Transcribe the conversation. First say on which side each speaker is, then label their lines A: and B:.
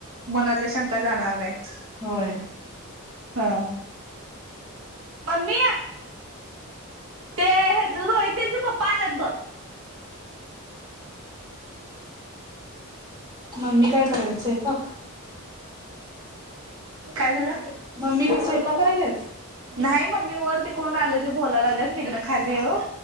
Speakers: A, on the right (about 65°); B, on the right (about 15°).
A: मनातल्या शंका जाणार नाहीत.
B: होय.
A: हा. मम्मी ते हेज रोहित त्यांच पप्पा आल्यात बघ.
B: मम्मी काय कराल्या सयपाक?
A: <inaudible> काय झालं?
B: मम्मी काय स्वयंपाक करायल्यात?
A: नाही मम्मी वर ते कोण आले? ते बोलायला लागलेत, मी इकडं खाली हाय वो.